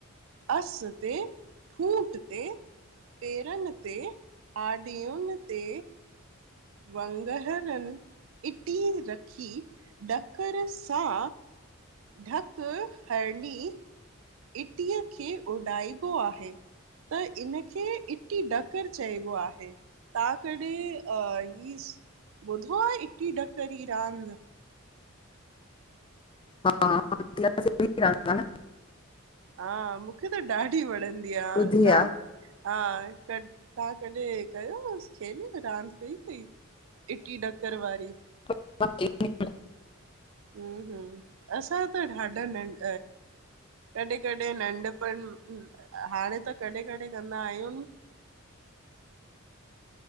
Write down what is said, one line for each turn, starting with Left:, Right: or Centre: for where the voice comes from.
Right: अस ते ठूट ते पेरन ते आॾयुन ते वंगरनि इटी रखी ॾकर सां ढक हडी इटीअ खे उॾाइबो आहे। त इनखे इटी डकर चइबो आहे। तां कॾई ॿुधो आहे इटी ढकरी रांद?
Left: हा <unintelligible>
Right: हा मूंखे त ॾाढी वणंदी आ,
Left: ॿुधी
Right: असां हा क तव्हां कॾहिं कयो हुस खेॾो आ रांदि कई तई? इटी डकर वारी।
Left: <unintelligible>
Right: हम्म- हम्म असां त ॾाढा नंड कॾंहि -कॾंहि नंढपण, हाणे त कॾहिं- कॾंहि कंदा आहियूं